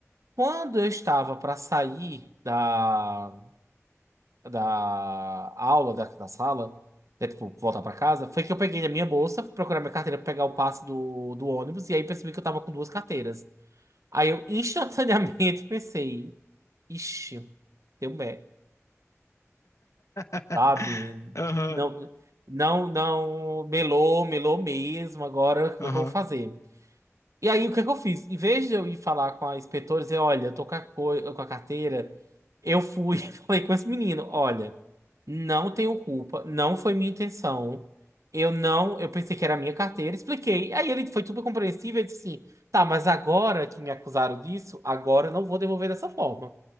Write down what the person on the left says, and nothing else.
<laughs>
Aham.
Aham.